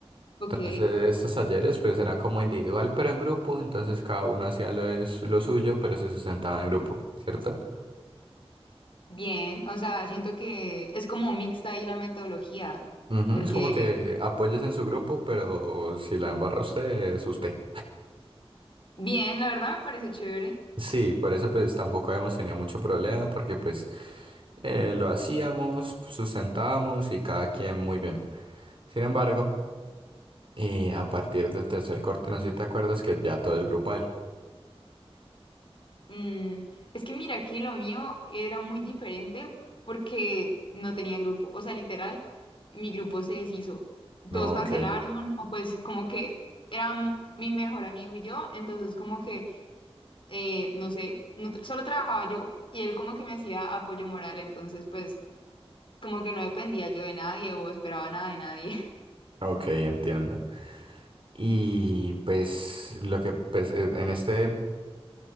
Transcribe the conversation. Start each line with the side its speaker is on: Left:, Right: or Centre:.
Left: Ok,
Right: Entonces estos talleres pues eran como individual pero en grupo, entonces cada uno hacía lo, de su- lo suyo pero se sustentaba en grupo, ¿cierto?
Left: bien, o sea, siento que es como mixta ahí la metodología,
Right: Ujú,
Left: porque
Right: Es como que apoyes en su grupo, pero si la embarra usted, es usted.
Left: bien, la verdad me parece chévere.
Right: Sí, por eso pues tampoco habíamos tenido mucho problema, porque pues eh, lo hacíamos, sustentábamos y cada quien muy bien. Sin embargo, y a partir del tercer corte, no sé si te acuerdas que ya todo es grupal.
Left: Mm, es que mira, que lo mío era muy diferente porque no tenía grupo, o sea, literal, mi grupo se deshizo.
Right: No,
Left: Todos cancelaron,
Right: Ok,
Left: o pues como que era mi mejor amigo y yo, entonces como que... eh, no sé, no tra- solo trabajaba yo y él como que me hacía apoyo moral, entonces pues como que no dependía yo de nadie o esperaba nada de nadie. <laughs>
Right: ok, entiendo. Y pues lo que pues, e- en este